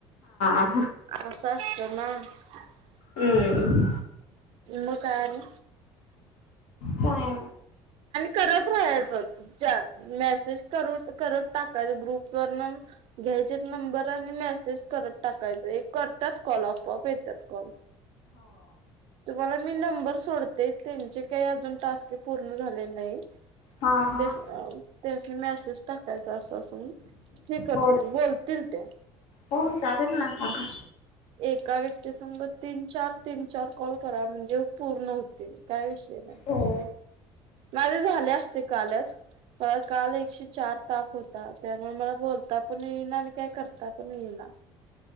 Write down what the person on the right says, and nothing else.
असं <unintelligible>
मग काय आणि
करत राहायच जा मेसेज करू करत टाकायच ग्रुप वरन घ्यायचेत नंबर आणि मेसेज करत टाकायच. एक करतात कॉल अपोआप येतात कॉल. तुमला मी नंबर सोडते. त्यांचे काही अजून टास्क पूर्ण झालेले नाही
त्यांसनी अ त्यासनी मेसेज टाकते. त्याचं असं असं होऊन. नाही करतील
बोलतील त्या.
एका व्यक्तीसग तीन चार तीन चार कॉल करा. म्हणजे पूर्ण होतील. काय विषय नाही.
माझे झाले असते कालच. अ काल एकशे चार ताप होता. त्यामुळे मला बोलता पण येईना. आणि काय करता पण येईना.